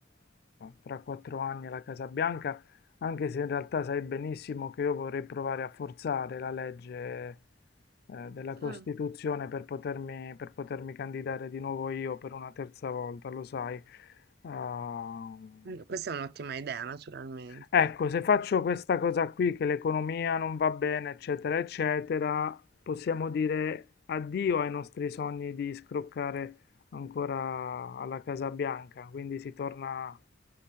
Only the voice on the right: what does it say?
Mm.
Eh, Questa è un'ottima idea, naturalmente.